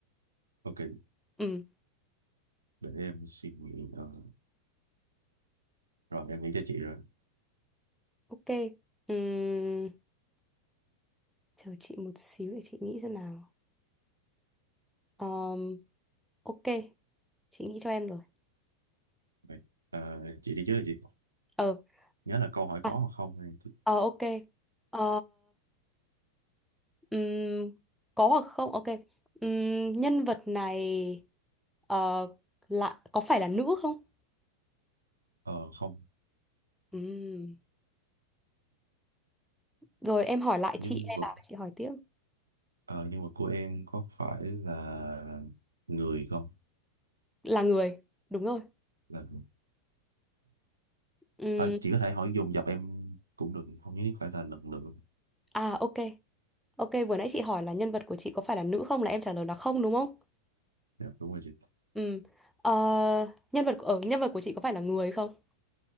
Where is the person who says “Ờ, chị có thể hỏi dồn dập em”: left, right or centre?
Right